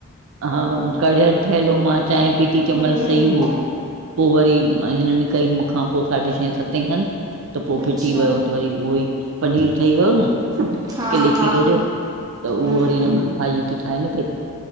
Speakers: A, on the right; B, on the right.
A: हा कड़ियल ठहियल हो। मां चांहि पीती तंहिं
B: हम्म
A: महिल सई हो। पो वरी हिननि कई मूंखा पो साढे छह सते खनि त पो
B: अच्छा
A: फिटी वयो त वरी उहो ई पनीर ठही वियो न किले
B: हा हा
A: खीर जो त उहो
B: हम्म
A: वरी म भाईती ठाहे न पई।